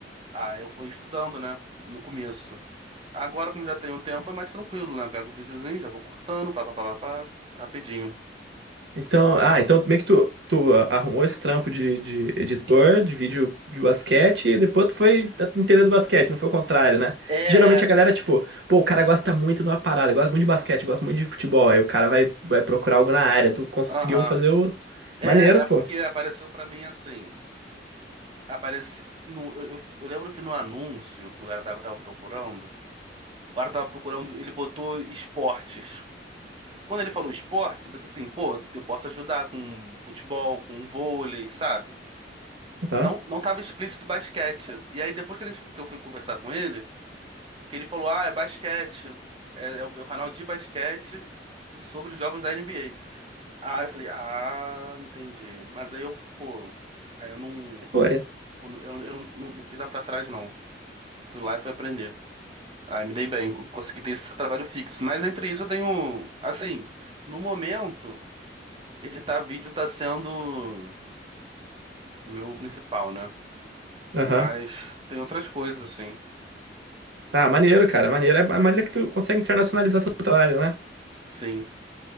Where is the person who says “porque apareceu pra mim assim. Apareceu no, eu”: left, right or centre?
Right